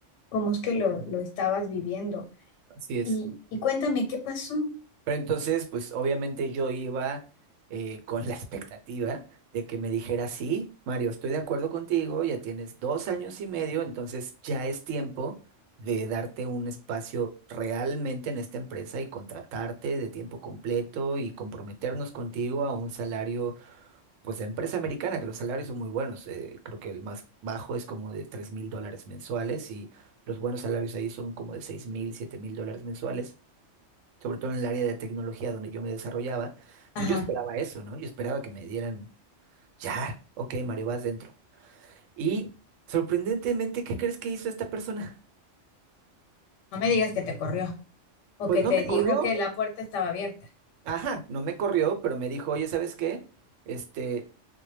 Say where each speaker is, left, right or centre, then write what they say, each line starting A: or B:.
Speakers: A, on the left (about 80°); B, on the right (about 85°).
A: cómo es que lo, lo estabas viviendo.
B: Así es.
A: Y, y cuéntame, ¿qué pasó?
B: Pero entonces, pues obviamente yo iba eh, con la <laughs> expectativa de que me dijera, sí, Mario, estoy de acuerdo contigo, ya tienes dos años y medio, entonces ya es tiempo de darte un espacio realmente en esta empresa y contratarte de tiempo completo y comprometernos contigo a un salario pues de empresa americana, que los salarios son muy buenos. eh, creo que el más bajo es como de tres mil dólares mensuales y los buenos salarios ahí son como de seis mil, siete mil dólares mensuales, sobre todo en el área de tecnología donde yo me desarrollaba. Entonces
A: Ajá,
B: yo esperaba eso, ¿no? Yo esperaba que me dieran, ya, ok, Mario, vas dentro. Y sorprendentemente, ¿qué crees que hizo esta persona?
A: no me digas que te corrió. O
B: Pues
A: que
B: no
A: te
B: me
A: dijo
B: corrió.
A: que la puerta estaba abierta.
B: Ajá, no me corrió, pero me dijo, oye, ¿sabes qué? Este,